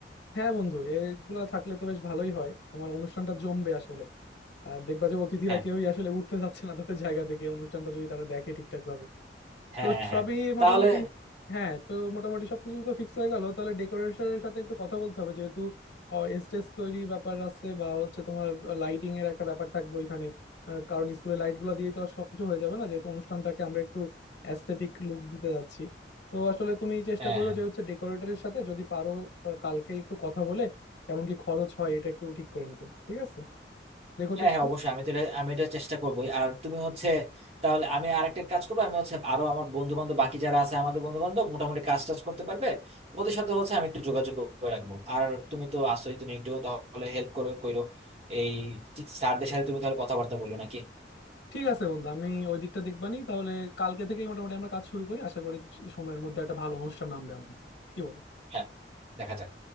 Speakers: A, on the left; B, on the right.
A: হ্যাঁ বন্ধু এগুলা থাকলে তো বেশ ভালোই হয় তোমার অনুষ্ঠানটা জমবে আসলে আর দেখবা যে অতিথিরা
B: হ্যাঁ
A: কেউই আসলে উঠতে চাচ্ছে না তাদের জায়গা থেকে অনুষ্ঠানটা যদি তারা দেখে ঠিকঠাক ভাবে
B: হ্যাঁ
A: তো
B: হ্যাঁ হ্যাঁ।
A: সবই মোটামুটি
B: তাহলে
A: হ্যাঁ তো মোটামুটি সবকিছু তো ফিক্স হয়ে গেল তাহলে ডেকোরেশনের সাথে একটু কথা বলতে হবে যেহেতু স্টেজ তৈরির ব্যাপার আছে বা হচ্ছে তোমার লাইটিং এর একটা ব্যাপার থাকবে ওইখানে আহ, কারণ স্কুলের লাইট গুলো দিয়ে তো আর সবকিছু হয়ে যাবে না যেহেতু অনুষ্ঠানটাকে আমরা একটু অ্যাস্থেটিক লুক দিতে যাচ্ছি তো আসলে তুমি চেষ্টা
B: হ্যাঁ
A: করো
B: হ্যাঁ
A: যে হচ্ছে ডেকোরেটরের সাথে যদি পারো আহ, কালকে একটু কথা বলে কেমন কি খরচ হয় এটা একটু ঠিক করে নিতে ঠিক আছে দেখো
B: হ্যাঁ
A: তো একটু
B: হ্যাঁ অবশ্যই আমি তো এটা- আমি এটা চেষ্টা করবোই আর তুমি হচ্ছে তাহলে আমি আরেকটা কাজ করবো আমি হচ্ছে আরো আমার বন্ধু বান্ধব বাকি যারা আছে আমাদের বন্ধু বান্ধব মোটামুটি কাজ টাজ করতে পারবে ওদের সাথে হচ্ছে আমি একটু যোগাযোগ করে রাখবো আর তুমি তো আসোই তুমি একটু তাহলে হেল্প করো কইরো এই স্যারদের সাথে তুমি তাহলে কথাবার্তা বলো নাকি
A: ঠিক আছে বন্ধু আমি ওই দিকটা দেখবানি তাহলে কালকে থেকেই মোটামুটি আমরা কাজ শুরু করি আশা করি সময়ের মধ্যে একটা ভালো অনুষ্ঠান নামবে আমাদের কি বলো
B: হ্যাঁ দেখা যাক